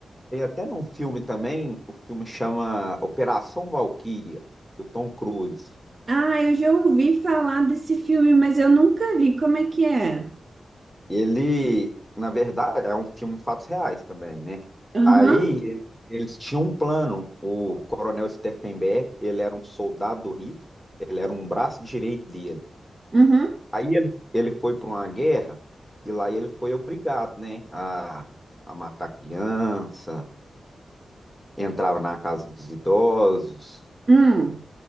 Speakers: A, in the centre; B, on the right (about 40°).
A: tem até num filme também, o filme chama Operação Valquíria, do Tom Cruise.
B: Ah, eu já ouvi falar desse filme, mas eu nunca vi. Como é que é?
A: E ele, na verdade, é um filme de fatos reais também, né?
B: Aham,
A: Aí ele- eles tinham um plano. O Coronel Steffenberg, ele era um soldado do Hitler, ele era um braço direito dele.
B: uhum,
A: Aí ele, ele foi para uma guerra e lá ele foi obrigado, né, a, a matar criança, entrava na casa dos idosos,
B: hum,
A: dos